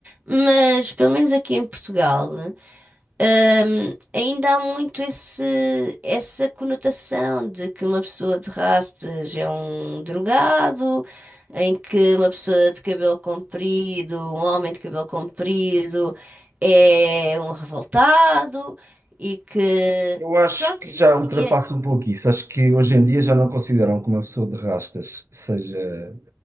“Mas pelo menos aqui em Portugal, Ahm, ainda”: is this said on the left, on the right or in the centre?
Right